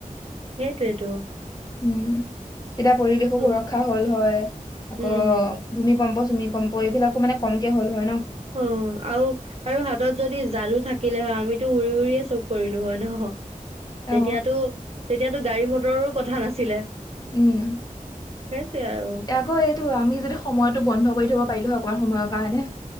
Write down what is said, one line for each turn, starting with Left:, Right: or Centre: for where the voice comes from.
Right: সেইটোৱেই তো
Left: উম তেতিয়া পৰিৱেশ সুৰক্ষা
Right: হয়
Left: হল হয় আকৌ
Right: উম
Left: ভূমিকম্প তুমি গম প এইবিলাকো মানে কমকে' হয় ন
Right: উম আৰু আৰু হাতত যদি ঝাৰু থাকিলে হয় আমিতো উৰি উৰিয়ে চব কৰিলো হয় নহ।
Left: অ
Right: তেতিয়াতো তেতিয়াতো গাড়ী মটৰো কথা নাছিলে
Left: উম
Right: সেইটোৱে আৰু
Left: আকৌ এইটো আমি যদি সময়তো বন্ধ কৰি থব পাৰিলো হক। অকনমান সময়ৰ কাৰণে